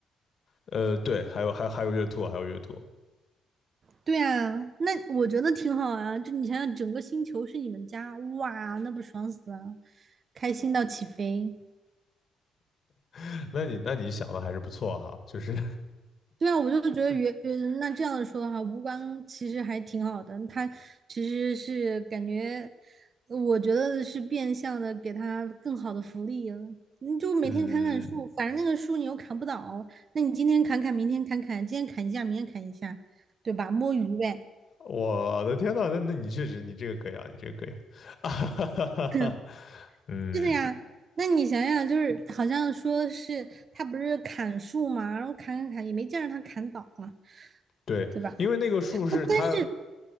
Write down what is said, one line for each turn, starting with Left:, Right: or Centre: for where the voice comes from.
Left: 呃，对，还有还有还有月兔，还有月兔，
Right: 对啊，那我觉得挺好啊。就你想想，整个星球是你们家，哇，那不爽死了，开心到起飞。
Left: <laughs> 那你那你想的还是不错哈，就是
Right: 对啊，我就觉得原呃，那这样说的话，吴刚其实还挺好的。他其实是感觉，呃我觉得是变相的给他更好的福利了。你就每天砍砍树，
Left: <laughs> 嗯。
Right: 反正那个树你又砍不倒，那你今天砍砍，明天砍砍，今天砍一下，明天砍一下，对吧？摸鱼呗，
Left: 我的天呐，那那你确实，你这个可以啊，你这个可以，<laughs> 啊哈哈哈哈，
Right: <clears throat>
Left: 嗯，
Right: 是的呀。那你想想，就是好像说是他不是砍树嘛，然后砍砍砍，也没见着他砍倒啊，
Left: 对，
Right: 对吧？
Left: 因为那个树是它
Right: 哦，但是